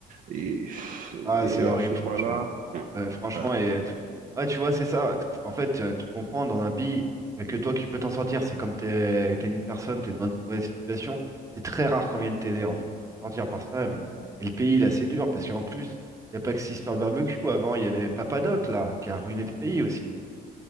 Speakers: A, on the right; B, on the right.
A: Et,
B: Ah,
A: et
B: c'est horrible,
A: à ce point-là,
B: franchement. Euh, franchement,
A: hein,
B: et tout- ouais, tu vois, c'est ça. T- En fait, euh, tu comprends, dans un pays, il n'y a que toi qui peux t'en sortir. C'est comme t'es, t'es une personne, t'es dans une mauvaise situation. C'est très rare qu'on vienne t'aider, en fait. Faut se sortir par soi-même. Et le pays, là, c'est dur, parce qu'en plus, il n'y a pas que cette histoire de barbecue. Avant, il y avait Papadoc, là, qui a ruiné le pays aussi.